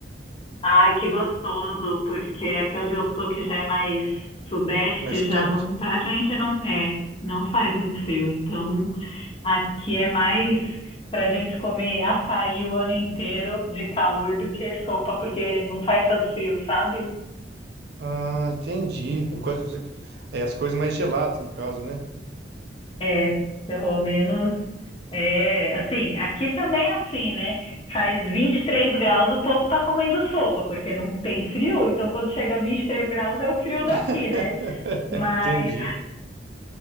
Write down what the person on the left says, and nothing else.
Ai, que gostoso, porque aqui onde eu tô, que já é mais sudeste,
já
não, praticamente não, é, não faz muito frio. Então, aqui é mais pra gente comer açaí o ano inteiro de calor do que sopa, porque não faz tanto frio, sabe?
É, pelo menos é assim, aqui também é assim, né? Faz 23 graus, o povo tá comendo sopa, porque não tem frio, então quando chega a 23 graus é o frio daqui,
né? Mas,